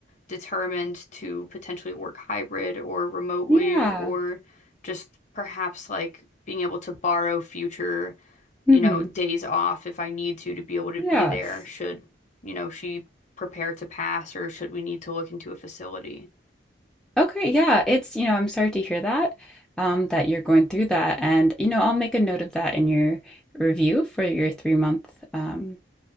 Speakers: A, on the left; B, in the centre.
A: determined to potentially work hybrid or remotely
B: Yeah.
A: or just perhaps like being able to borrow future,
B: Mm-hmm.
A: you know, days off if I need to to be able to
B: Yes.
A: be there should, you know, she prepare to pass or should we need to look into a facility?
B: Okay, yeah, it's, you know, I'm sorry to hear that, um, that you're going through that. And, you know, I'll make a note of that in your review for your three month, um,